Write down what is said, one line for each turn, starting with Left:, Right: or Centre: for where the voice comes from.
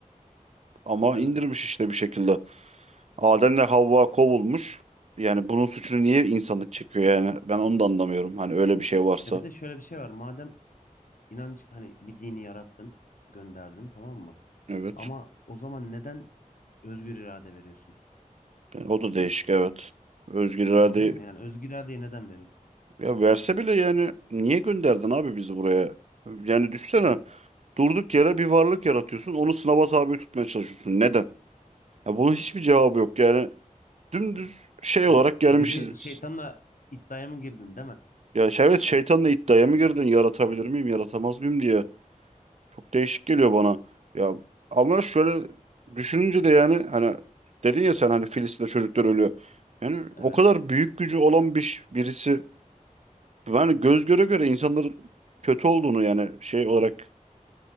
Right: Ama
Left: Evet.
Right: indirmiş işte bir şekilde. Adem'le Havva kovulmuş. Yani bunun suçunu niye insanlık çekiyor yani? Ben onu da anlamıyorum. Hani öyle bir şey varsa.
Left: E bir de şöyle bir şey var. Madem inanç hani bir dini yarattın, gönderdin tamam mı?
Right: Evet.
Left: Ama o zaman neden özgür irade veriyorsun?
Right: Yani o da
Left: Hı.
Right: değişik evet. Özgür irade
Left: Doğru değil mi? Yani özgür iradeyi neden veriyorsun?
Right: ya verse bile yani niye gönderdin abi bizi buraya? Yani düşsene
Left: Evet.
Right: durduk yere bir varlık yaratıyorsun onu sınava tabi tutmaya çalışıyorsun. Neden? Ya bunun hiçbir cevabı yok yani. Dümdüz şey
Left: Hani
Right: olarak gelmişiz
Left: biri
Right: biz.
Left: şeytanla iddiaya mı girdin değil mi?
Right: Ya şey- evet şeytanla iddiaya
Left: Çok pardon.
Right: mı girdin? Yaratabilir miyim, yaratamaz mıyım diye. Çok değişik geliyor bana. Ya ama şöyle düşününce de yani hani dedin ya sen hani Filistin'de çocuklar ölüyor. Yani
Left: Evet.
Right: o kadar büyük gücü olan bir birisi yani göz göre göre insanların kötü olduğunu yani şey olarak